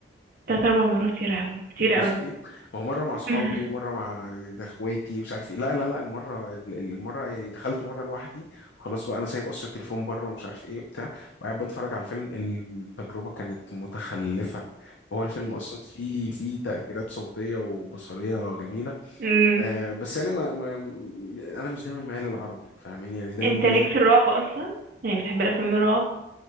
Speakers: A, on the right; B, on the left.
A: تلات اربع مرات يا لهوي كتير
B: الجزئين
A: قوي
B: ما هو مره مع اصحابي
A: <laughs>
B: ومره مع ده اخواتي ومش عارف ايه لا لا لا المره المره يعني دخلت مره لوحدي خلاص بقى انا سايب اصلا التليفون بره ومش عارف ايه وبتاع وقاعد بتفرج على الفيلم التجربه كانت متخلفه هو الفيلم اصلا فيه فيه تاثيرات صوتيه وبصريه جميله
A: مم.
B: آه بس يعني ما, ما انا مش دايما ميال للعربي فاهمين يعني دايما
A: انت
B: ميال
A: ليك في الرعب اصلا يعني بتحب الافلام الرعب